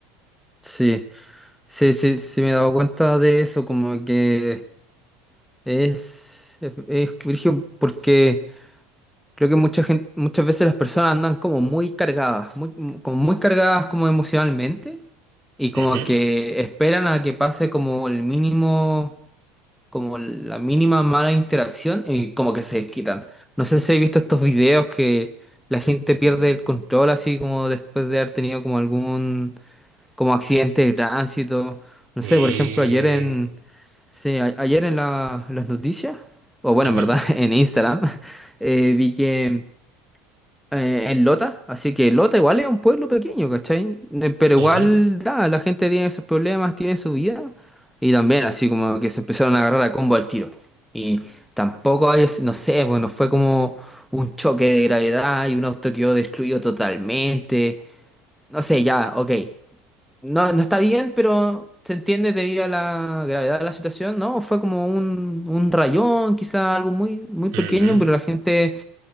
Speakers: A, in the centre; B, on the right (about 60°).
A: sí, sí, sí, sí me he dado cuenta de eso, como que... Es, es, es brígido porque creo que mucha gente, muchas veces las personas andan como muy cargadas, muy, como muy cargadas como emocionalmente y
B: Ujú.
A: como que esperan a que pase como el mínimo, como la mínima mala interacción y como que se desquitan. No sé si habéis visto estos videos que la gente pierde el control así como después de haber tenido como algún como accidente de tránsito. No
B: Y...
A: sé, por ejemplo, ayer en Sí, a- ayer en la- las noticias, o bueno,
B: ujú,
A: en verdad, <laughs> en Instagram, eh, vi que eh, en Lota, así que Lota igual es un pueblo pequeño, ¿cachai? Eh, Pero
B: ujú,
A: igual, nada, la gente tiene sus problemas, tiene su vida, y también así como que se empezaron a agarrar a combo al tiro. Y tampoco hay, no sé, bueno, fue como un choque de gravedad y un auto quedó destruido totalmente. No sé, ya, ok. No, no está bien, pero se entiende debido a la gravedad de la situación, ¿no? Fue como un, un rayón, quizá algo muy, muy pequeño,
B: ujú.
A: pero la gente